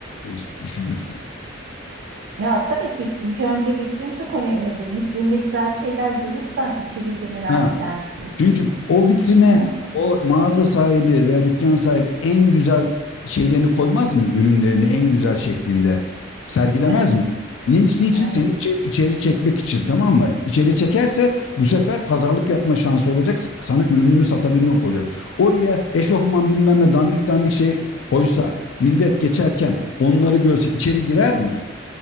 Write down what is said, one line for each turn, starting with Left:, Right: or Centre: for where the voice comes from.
Left: e, düşünürsün?
Right: Ya tabii ki ilk önce vitrin çok önemlidir. Vitrinde güzel şeyler görürsen içeriği de merak
Left: Ha.
Right: edersin.
Left: Çünkü o vitrine
Right: Yani
Left: o mağaza sahibi veya dükkan sahibi en güzel şeylerini koymaz mı? Ürünlerini en güzel şeklinde sergilemez
Right: evet,
Left: mi? Niçin, niçin
Right: evet.
Left: seni içeri, içeri çekmek için tamam mı? İçeri çekerse bu sefer pazarlık yapma şansı olacak. s- Sana ürününü satabilmek olacak. Oraya eşofman bilmem ne dandik dandik şey koysa millet geçerken onları görse içeri girer mi?